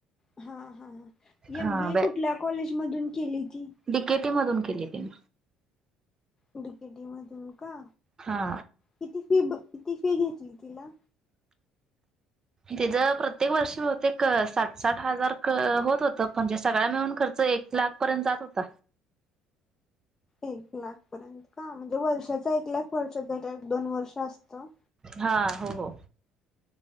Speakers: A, on the left; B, on the right.
A: हा हा हा हा एम.
B: हा
A: बी. ए. कुठल्या कॉलेज मधून केली ती?
B: बीकेटी मधून केली त्यानी.
A: डीकटी मधून का
B: हा
A: किती फी किती फी घेतली तिला.
B: तिचं प्रत्येक वर्षी होते एक साठ साठ हजार होत होत म्हणजे सगळा मिळून खर्च एक लाख. पर्यंत जात होत.
A: एक लाख पर्यंत का म्हणजे वर्षाचा एक लाख वर्षाचा एक दोन वर्ष असतं.
B: हा हो.